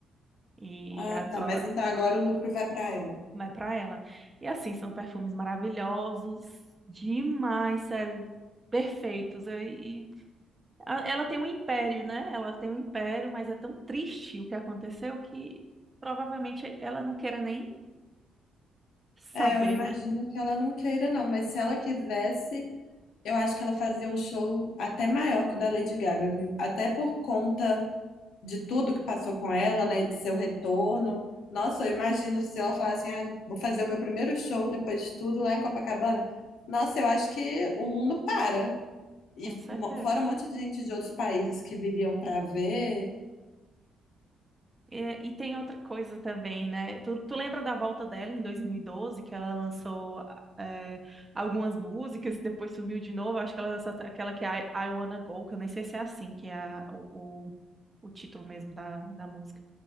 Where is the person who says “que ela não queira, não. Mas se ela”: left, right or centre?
Left